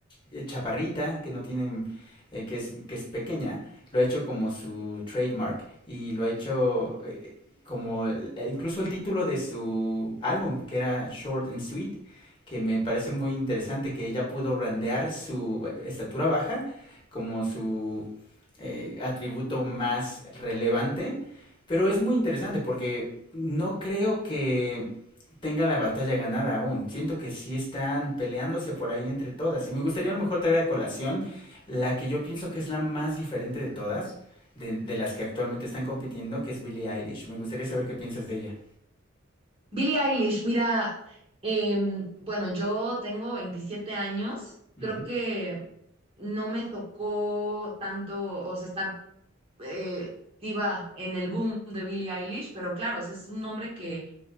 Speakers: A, on the left (about 25°); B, on the right (about 25°).
A: eh, chaparrita, que no tiene, eh, que, es, que es pequeña, lo ha hecho como su trademark y lo ha hecho eh, como incluso el título de su álbum, que era Short and Sweet, que me parece muy interesante que ella pudo brandear su eh, estatura baja como su eh, atributo más relevante, pero es muy interesante porque no creo que tenga la batalla ganada aún. Siento que sí están peleándose por ahí entre todas. Y me gustaría a lo mejor traer a colación la que yo pienso que es la más diferente de todas, de, de las que actualmente están compitiendo, que es Billie Eilish. Me gustaría saber qué piensas de ella.
B: Billie Eilish, mira, em, bueno, yo tengo 27 años,
A: Ujú,
B: creo que no me tocó tanto, o sea, estar eh, activa en el boom de Billie Eilish, pero claro, o sea, es un nombre que